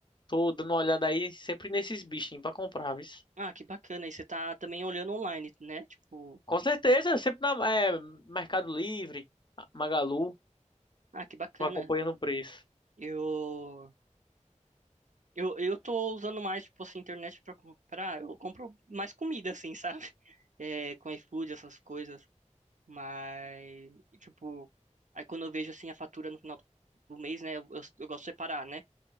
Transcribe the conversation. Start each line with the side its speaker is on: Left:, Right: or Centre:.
Left: tô dando uma olhada aí sempre nesses bichinhos pra comprar, viu?
Right: Ah, que bacana. E você tá também olhando online, né? Tipo,
Left: Com certeza, sempre na é, Mercado Livre, Magalu,
Right: ah, que bacana.
Left: vou acompanhando o preço.
Right: Eu Eu, eu tô usando mais, tipo assim, internet pra comprar. Eu compro mais comida, assim, <laughs> sabe? É, com iFood, essas coisas. Mas, tipo, aí quando eu vejo, assim, a fatura no final do do mês, né? Eu, eu, eu gosto de separar, né?